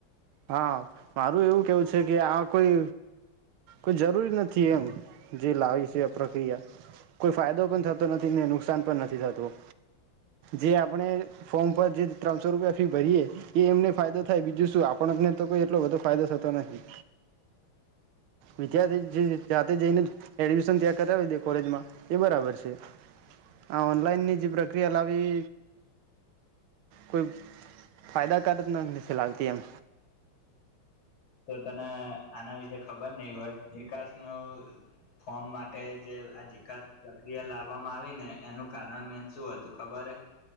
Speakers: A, on the right; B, on the left.
A: હા મારું એવું કેવું છે કે આ કોઈ કોઈ જરૂરી નથી એમ જે લાવી છે આ પ્રક્રિયા કોઈ ફાયદો પણ થતો નથી ને નુકસાન પણ નથી થતું જે આપણે ફોર્મ પર જે ત્રણસો રૂપિયા ફી ભરીએે એ એમને ફાયદો થાય બીજું શું ટલો બધ ફાયદો થતો નથી વિદ્યાર્થી જાતે જઈને એડમિશન ત્યાં કરાવી દે કોલેજમાં એ બરાબર છે આ ઓનલાઈનની જે પ્રક્રિયા લાવી કોઈ ફાયદાકાર નથી લાગતી એમ
B: તો તને આના વિશે ખબર નહ હોય ચિકાસ ન ફોર્મ માટે જે આ જિકાસ પ્રક્રિયા લાવવામાં આવી ને એનું કારણ મેન શું હતું ખબર હ